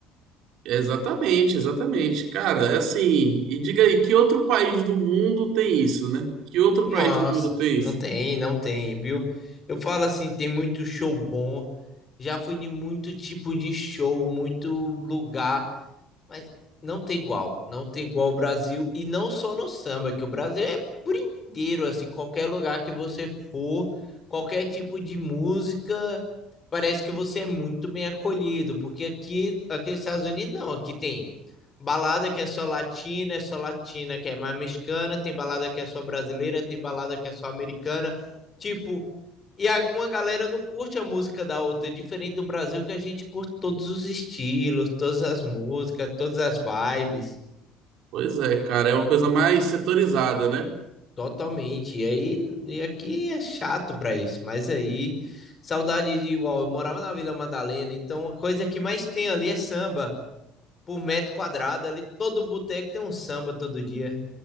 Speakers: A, on the right; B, on the left.
A: exatamente, exatamente. Cara, é assim. E diga aí, que outro país do mundo tem isso, né? Que outro país
B: Nossa,
A: do mundo tem
B: não
A: isso?
B: tem, não tem, viu? Eu falo assim, tem muito show bom. Já fui de muito tipo de show, muito lugar. Mas não tem igual. Não tem igual o Brasil. E não só no samba, que o Brasil é por inteiro, assim, qualquer lugar que você for, qualquer tipo de música, parece que você é muito bem acolhido. Porque aqui, aqui nos Estados Unidos, não. Aqui tem balada que é só latina, é só latina que é mais mexicana, tem balada que é só brasileira, tem balada que é só americana. Tipo, e a- uma galera não curte a música da outra, é diferente do Brasil, que a gente curte todos os estilos, todas as músicas, todas as vibes,
A: Pois é, cara, é uma coisa mais setorizada, né?
B: totalmente. E aí, e aqui é chato pra isso, mas aí, saudade de igual. Eu morava na Vila Madalena, então a coisa que mais tem ali é samba. Por metro quadrado, ali todo boteco tem um samba todo dia.